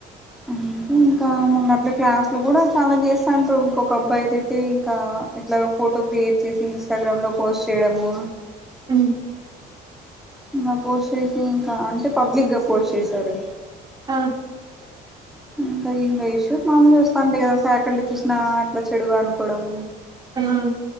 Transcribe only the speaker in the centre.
ఆ హ్మ్ ఇంకా మొన్న అట్లా క్లాస్ లో కూడా చాలా చేస్తాండ్రు ఇంకొక అబ్బాయిది అయితే ఇంకా ఇట్లా ఫోటో క్రియేట్ చేసి ఇన్స్టాగ్రామ్లో పోస్ట్ చేయడము
ఇంకా పోస్ట్ చేసి ఇంకా అంటే పబ్లిక్ గా పోస్ట్ చేసారు
ఇంకా ఇంకా ఇష్యూస్ మామూలే వస్తుంటాయి కదా ఫ్యాకల్టీ కృష్ణ ఇట్లా చెడుగా అనుకోవడం